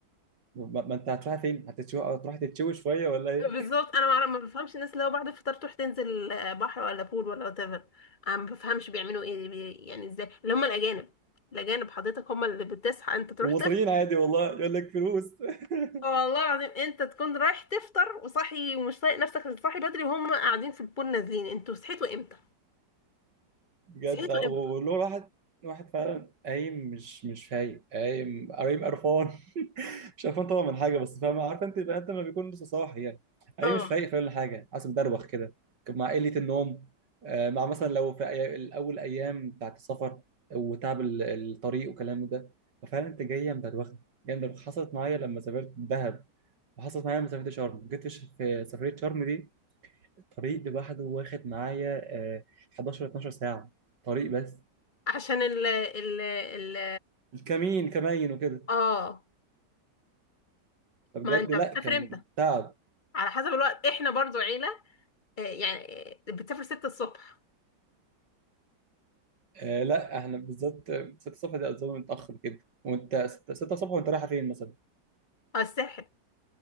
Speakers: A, on the right; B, on the left.
A: ما ما انت هتروح فين هتتشوي هتروح تتشوي شويه ولا ايه
B: بالظبط
A: <laughs>
B: أنا ما أعرف- ما بفهمش الناس اللي هو بعد الفطار تروح تنزل آه، بحر ولا بول ولا وات ايفر أنا ما بفهمش بيعملوا إيه بي- يعني إزاي اللي هم الأجانب الأجانب حضرتك هم اللي بتصحى أنت تروح
A: ومصريين عادي والله يقول لك فلوس <laughs>
B: والله العظيم انت تكون رايح تفطر وصاحي ومش طايق نفسك صاحي بدري وهم قاعدين في البول نازلين انتوا صحيتوا امتى
A: بجد
B: صحيتوا
A: آه، وله
B: امتى
A: واحد واحد فعلا قايم مش مش فايق قايم قايم قرفان <laughs> مش قرفان طبعا من حاجه بس فاهم عارف انت البني ادم لما بيكون لسه صاحي يعني قايم
B: اه
A: مش فايق فعلا حاجه حاسس مدروخ كده مع قله النوم آه، مع مثلا لو في أي- الاول ايام بتاعت السفر وتعب ال- الطريق وكلام ده ففعلا انت جايه مدروخه جايه مدروخه حصلت معايا لما سافرت دهب وحصلت معايا لما سافرت شرم جيت في في سفريه شرم دي الطريق لوحده واخد معايا آه، 11 12 ساعه طريق بس
B: عشان ال ال ال
A: الكمين كمين وكده
B: اه
A: فبجد
B: ما انت
A: لا
B: بتسافر
A: كان
B: امتى
A: تعب
B: على حسب الوقت احنا برضو عيلة اه، يعني اه، بتسافر 6 الصبح
A: آه لا احنا بالذات 6 الصبح دي اظن متاخر جدا وانت 6 الصبح وانت رايحه فين مثلا
B: على الساحل